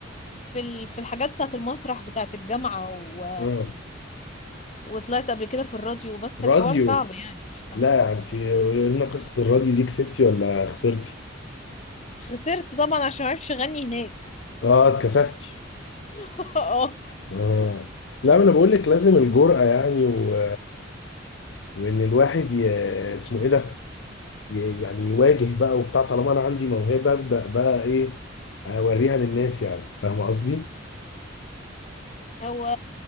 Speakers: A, on the left (about 35°); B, on the left (about 65°).
A: في ال- في الحاجات بتاعت المسرح بتاعت الجامعة و...
B: اه
A: وطلعت قبل كده في الراديو بس الحوار
B: راديو
A: صعب يعني مش سهل
B: لا انت قولي لنا قصة الراديو دي كسبتي ولا خسرتي
A: خسرت طبعا عشان معرفش اغني هناك
B: اه اتكسفتي
A: <laughs> اه
B: اه لا ما انا بقول لك لازم الجرأة يعني و... وان الواحد ي... اسمه ايه ده ي- يعني يواجه بقى وبتاع طالما انا عندي موهبه ابدا بقى ايه اوريها للناس يعني فاهم قصدي؟
A: هو